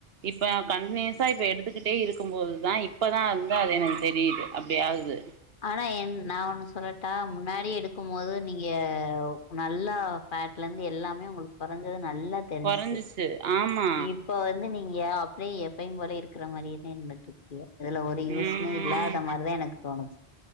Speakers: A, on the right; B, on the left.
A: இப்ப நா கண்டினியூஸா இப்ப எடுத்துக்கிட்டே இருக்கும்போதுதா இப்பதா அந்த அது எனக்கு தெரியுது அப்டி ஆகுது
B: ஆனா என் நா ஒன்னு சொல்லட்டா முன்னாடி எடுக்கு போது நீங்க நல்லா ஃபேட்ல இருந்து எல்லாமே உங்களுக்கு குறைஞ்சது நல்லா தெரிஞ்சிச்சு
A: கொறஞ்சிச்சு ஆமா
B: இப்ப வந்து நீங்க நீகே அப்டியே எப்பயையு போல இருக்கற மாரியே தா இருந்துட்டு இருக்கிய இதுல ஒரு யூஸ்மே
A: ம்
B: இல்லாத மாரிதா எனக்கு தோணுது